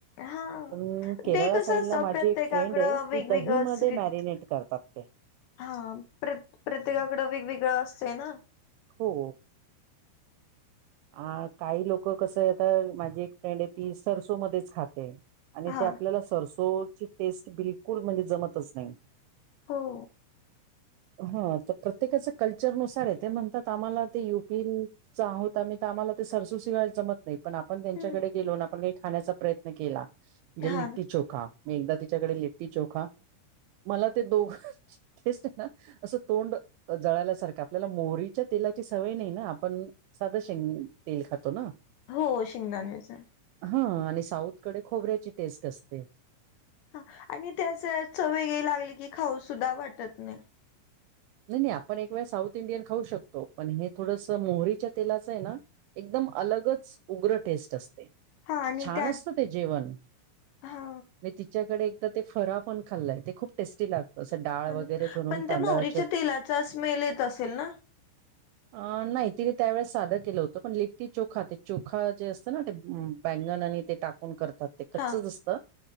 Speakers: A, on the left (about 75°); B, on the right (about 85°).
A: हा
B: पण केरळा
A: ते कसं
B: साईड
A: असतं
B: ला माझी
A: प्रत्येकाकडं
B: एक फ्रेंड आहे ती
A: वेगवेगळंच
B: दही मध्ये
A: रीत
B: ते मॅरिनेट करतात ते
A: हा प्र प्रत्येकाकडं वेगवेगळं असतें ना?
B: हो हो अ काही लोक कसं आहे आता माझी एक फ्रेंड आहे ती सरसो मध्येच खाते. आणि
A: हा
B: ते आपल्याला सरसोची टेस्ट बिलकुल म्हणजे जमतच नाही.
A: हो
B: <unintelligible> <inaudible> हा तर प्रत्येकाच कल्चरनुसार आहे ते म्हणतात आम्हाला ते युपी आता मी तर आम्हाला ते सरसो शिवाय जमत नाही पण आपण त्यांच्याकडे
A: हम्म
B: गेलो ना आपण काही खाण्याचा प्रयत्न केला <unintelligible> म्हणजे
A: हा
B: लिट्टी
A: ना
B: चोखा मी एकदा तिच्याकडे लिट्टी चोखा मला ते दोघ तेच तर ना असं तोंड जळाल्यासारखं आपल्याला मोहरीच्या तेलाची सवय नाही ना आपण साधं शेंगणी तेल खातो ना.
A: हो शिंगदाणेच.
B: हा आणि साऊथकडे खोबऱ्याची टेस्ट असते.
A: ह आणि ते असं चव वेगळी लागली की खाऊ सुद्धा वाटत नाही.
B: नाही नाही आपण एक वेळ साऊथ इंडियन खाऊ शकतो पण हे थोडंसं मोहरीच्या तेलाचं आहे ना एकदम अलगच उग्र टेस्ट असते.
A: हा आणि
B: छान
A: त्यात
B: असत ते जेवण
A: हा
B: मी त च्याकडे एकदा ते फरा पण खाल्लाय ते खूप टेस्टी लागतं असं डाळ
A: हा ना
B: वगैरे भरून
A: पण त्या
B: तांदळा
A: मोहरीच्या तेलाचा स्मेल येत असेल ना?
B: <inaudible> नाही तिने त्यावेेळेस साद केलं होतं पण लिट्टी चोखा ते चोखा जे असत ना ते बँगण आणि ते टाकून करतात ते कच्चच
A: हा
B: असत.